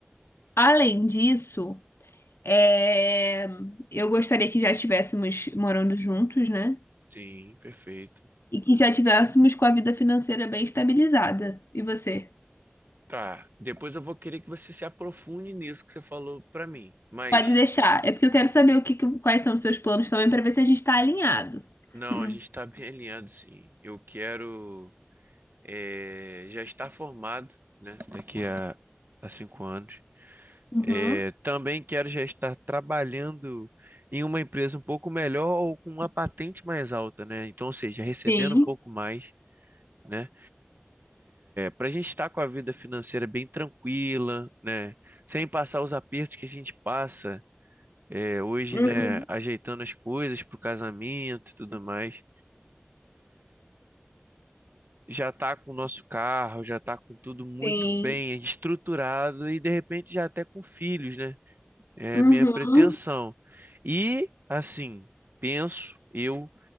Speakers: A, on the left (about 70°); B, on the right (about 50°).
A: Além disso, é, eu gostaria que já estivéssemos morando juntos, né?
B: Sim, perfeito.
A: E que já tivéssemos com a vida financeira bem estabilizada. E você?
B: Tá. Depois eu vou querer que você se aprofunde nisso que você falou pra mim. Mas,
A: Pode deixar. É porque eu quero saber o que, que- quais são os seus planos também para ver se a gente está alinhado.
B: não,
A: <laughs>
B: a gente tá bem <laughs> alinhado, sim. Eu quero eh, já estar formado, né? Daqui a, a cinco anos.
A: Hum.
B: É,
A: Uhum.
B: também quero já estar trabalhando em uma empresa um pouco melhor ou com uma patente mais alta, né? Então, ou seja, recebendo
A: Sim.
B: um pouco mais, né? para a gente estar com a vida financeira bem tranquila, né? Sem passar os apertos que a gente passa é, hoje,
A: Uhum.
B: né? Ajeitando as coisas para o casamento e tudo mais. Já tá com o nosso carro, já tá com tudo muito
A: Sim.
B: bem estruturado e de repente já até com filhos, né? É
A: Uhum.
B: a minha pretensão. E, assim, penso eu